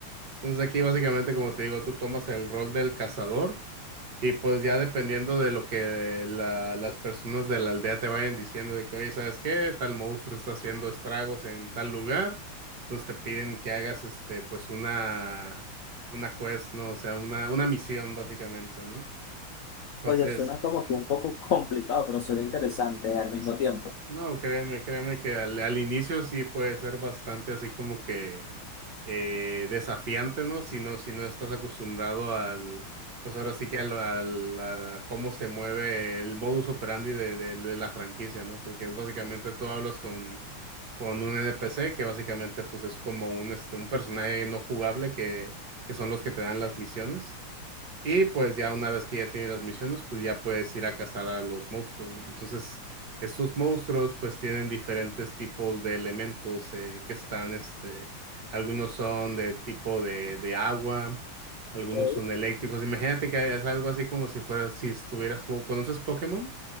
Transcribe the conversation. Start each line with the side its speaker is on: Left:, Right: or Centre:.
Right: Entonces aquí básicamente, como te digo, tú tomas el rol del cazador. Y pues ya dependiendo de lo que la- las personas de la aldea te vayan diciendo de que, oye, ¿sabes qué? Tal monstruo está haciendo estragos en tal lugar. Entonces te piden que hagas este, pues una, una quest, ¿no? O sea, una, una misión básicamente, ¿no? Entonces,
Left: Oye, suena como que un poco <laughs> complicado, pero suena interesante al mismo tiempo.
Right: no, créeme, créeme que al, al inicio sí puede ser bastante así como que eh, desafiante, ¿no? Si no, si no estás acostumbrado al, pues ahora sí que al, al- a cómo se mueve el modus operandi de, de- de la franquicia, ¿no? Porque es básicamente tú hablas con, con un NPC que básicamente pues es como un, este, un personaje no jugable que, que son los que te dan las misiones. Y pues ya una vez que ya tienes las misiones, pues ya puedes ir a cazar a los monstruos, ¿no? Entonces, estos monstruos pues tienen diferentes tipos de elementos eh, que están, este, algunos son de tipo de, de agua, algunos
Left: Ok.
Right: son eléctricos. Imagínate que es algo así como si fuera, si estuvieras, jugando- ¿conoces Pokémon?